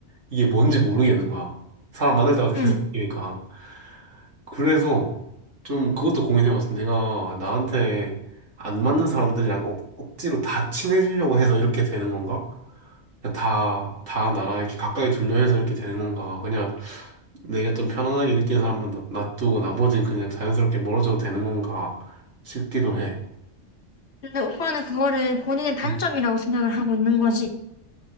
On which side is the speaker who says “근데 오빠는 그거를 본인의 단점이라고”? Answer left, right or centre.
Left